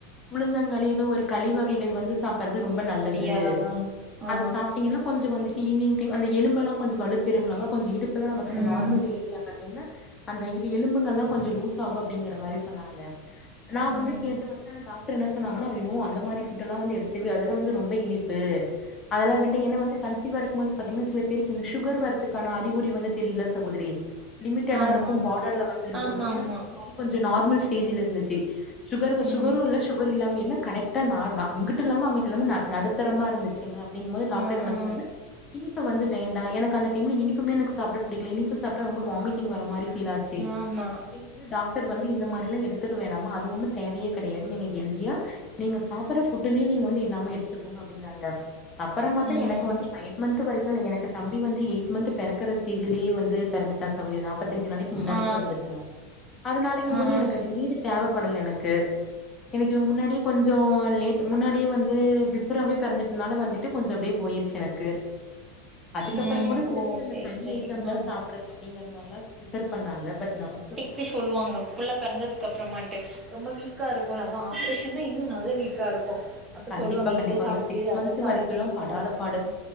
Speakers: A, on the left; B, on the right.
A: உளுந்தங்களி ஏதோ ஒரு களி வகைகள் வந்து சாப்பறது ரொம்ப நல்லது
B: அப்டியா ஆ
A: அது சாப்ட்டீங்கன்னா கொஞ்சோ வந்துட் ஈவ்னிங் டைம் அந்த எலும்பெல்லா கொஞ்சோ வலுப்பெறுங்களாமா கொஞ்சோ இடுப்பெல்லா நமக்கு இந்த
B: ம்
A: நார்மல் டெலிவரி ஆகற டைம்ல அந்த இடு எலும்புங்கள்ல்லா கொஞ்சோ லூஸ் ஆகு அப்டிங்கிற மாரி சொன்னாங்க நா
B: ம்
A: வந்து கேட்டு வந்துட்டு டாக் டர் என்ன சொன்னாங்கன்னா ஐ நோ அந்த மாரி ஃபுட்டெல்லா வந்து எடுத்துக்கவே அதுலா வந்து ரொம்ப இனிப்பு அதெல்லாம்
B: ம்
A: வேண்டா ஏனா வந்து கன்சிவ்வா இருக்கும் போது பாத்தீங்கன்னா சில பேருக்கு இந்த சுகர் வரத்துக்கான அறிகுறி வந்து தெரியுல சகோதரி லிமிடடா
B: ஆமா
A: இருக் கும் பார்டர்ல வந்து இருக்குல்ல
B: ஆமா ஆமா
A: எனக்கு
B: ஆமா
A: அந்த மாரி கொஞ்சோ நார்மல் ஸ்டேஜில இருந்துச்சு சுகர்
B: ம்
A: சுகரு இல்ல சுகர் இல்லாமயு இல்ல கரெக்டா நார் நா இங்குட்டு இல்லாம அங்குட்டு இல்லாம நடுத்தரமா இருந்துச்சு க அப்டிங்கும்போது டாக்டர்
B: ஆ
A: என்ன
B: ஆ
A: சொன்னாங்க இனிப்பு வந்து வேண்டா எனக்கு அந்த டைம்ல இனிப்புமே எனக்கு சாப்ட பிடிக்கல இனிப்பு சாப்ட்டா ரொம்ப வாமிட்டங் வர மாரி ஃபீல் ஆச்சி
B: ஆமா
A: <unintelligible> டாக்டர் வந்து இந்த மாரில்லாம் எடுத்துக்க வேணாமா அது ஒன்னு தேவையே கெடையாது நீங்க ஹெல்தியா நீங்க சாப்பற ஃபுட்டுலயே நீங்க வந்து எல்லாமே எடுத்துக்கோங்க அப்டின்னாங்க அப்பறமாத்தா
B: ம்
A: எனக்கு வந்து நயன் மன்ந்த்து வரைக்கு இல்ல எனக்கு தம்பி வந்து எய்ட் மன்ந்த் பெறக்கர ஸ்டேஜ்லயே வந்து பெறந்துட்டா சகோதரி நாப்பத்தஞ்சு நாளை முன்னாடி
B: ஆ
A: பெறந்துட்டா அதனாலங்க போது
B: ஆ
A: எனக்கு அந்த நீடு தேவ படல எனக்கு எனக்கு இவ முன்னாடியே கொஞ்சோ லேட் முன்னாடியே வந்து பிட் பிப்றாவே பெறந்துட்டனால வந்துட்டு கொஞ்சோ அப்டியே போய்ருச்சு எனக்கு அதுக்கப்புறோ
B: ம்
A: கூட சில
B: ஓ
A: பேர் அந்த
B: சரி
A: களி
B: சரி
A: ஐட்டம்ல்லா
B: ஆ
A: சாப்டு அப்டிங்கற மாரிலா ரெஃபர் பண்ணாங்க பட் நமக்கு
B: அப்டி சொல்லுவாங்க புள்ள பெறந்ததுக்கு அப்றமாட்டு ரொம்ப வீக்கா இருப்போல அதா ஆப்ரேஷன்னா இன்னு நல்லா வீக்கா இருப்போ அப்ப
A: கண்டிப்பா
B: சொல்லுவாங்க
A: கண்டிப்பா
B: இத சாப்டு
A: ஐயோ சிக்ஸ் மந்த்
B: அத சாப்பிடு
A: வரைக்குல்லா
B: இத
A: படாத
B: சாப்பிடுன்னு
A: பாடு